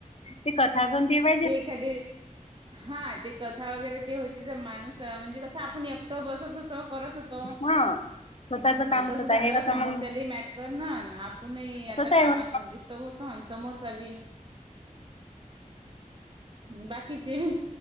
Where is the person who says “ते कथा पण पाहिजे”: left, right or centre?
Left